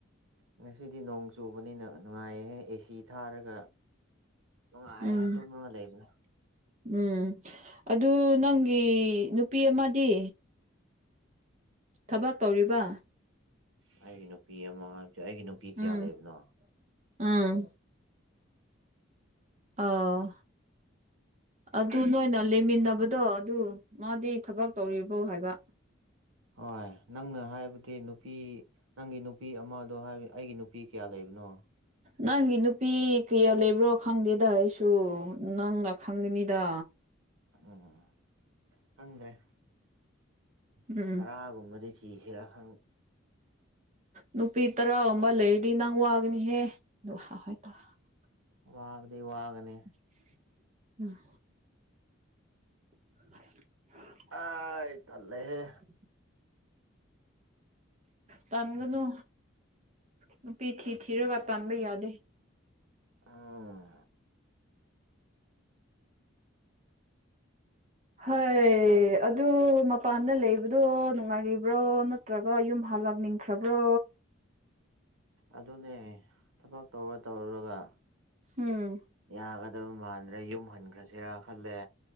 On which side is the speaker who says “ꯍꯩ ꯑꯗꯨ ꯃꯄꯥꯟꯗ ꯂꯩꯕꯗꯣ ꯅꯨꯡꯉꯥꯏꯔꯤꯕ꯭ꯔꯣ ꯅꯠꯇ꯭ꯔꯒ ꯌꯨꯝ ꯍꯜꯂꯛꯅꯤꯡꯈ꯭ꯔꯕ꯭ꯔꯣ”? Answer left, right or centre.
Right